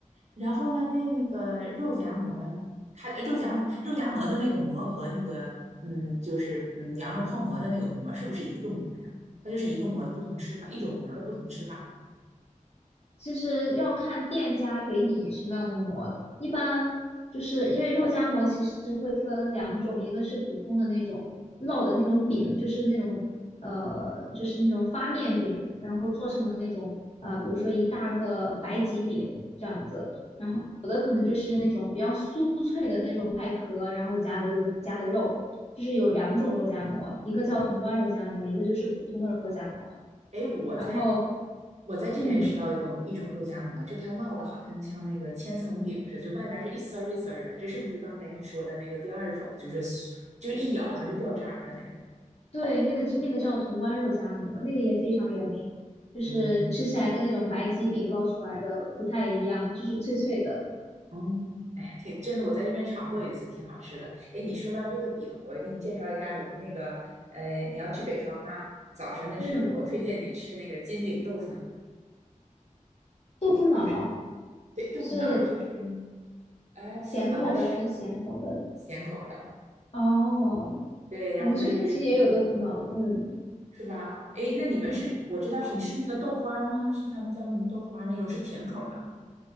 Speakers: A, on the right; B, on the left.
A: 然后呢，那那个肉夹馍呢？它呃肉夹馍肉夹馍的那个馍和那个嗯，就是嗯羊肉泡馍的那个馍是不是一个馍呀？它就是一个馍的不同吃法，一种馍的不同吃法吗？
B: 其实要看店家给你什么样的膜，一般就是因为肉夹馍其实会分两种，一个是普通的那种烙的那种饼，就是那种呃，就是那种发面饼，然后做成的那种啊呃比如说一大个白吉饼这样子，有的可能就是那种比较酥脆的那种外壳，然后夹的肉夹的肉，就是有两种肉夹馍，一个叫潼关肉夹馍，一个就是普通的肉夹馍，
A: 哎，我在
B: 然后
A: 我在这边吃到一种一种肉夹馍，
B: 嗯。
A: 就它烙的好像像那个千层饼似的，就外面是一丝儿一丝儿的，这是不是就刚才你说的那个第二种，就是就是一咬它就掉渣儿的那种？
B: 对，那个那个叫潼关肉夹馍，那个也非常有名，就是吃起来跟那种白吉饼烙出来的不太一样，
A: 嗯
B: 就是脆脆的。
A: 嗯，哎，挺真的，我在这边尝过一次，挺好吃的。哎，你说到这个饼，我给你介绍一下我们那个，呃，你要去北方啊，早晨的时候，
B: 嗯，
A: 我推荐你吃那个金饼豆腐脑，
B: 豆腐脑
A: 就是对豆腐脑，
B: 是
A: 就是哎，
B: 甜口的还是咸口的？
A: 好像是咸口儿的。
B: 哦，
A: 对，然后它就是
B: 我们这边其实也有豆腐脑，嗯
A: 是吧？哎，那你们是，
B: 嗯，
A: 我知道是你是那个豆花儿吗？是他们叫什么豆花儿那种是甜口儿的，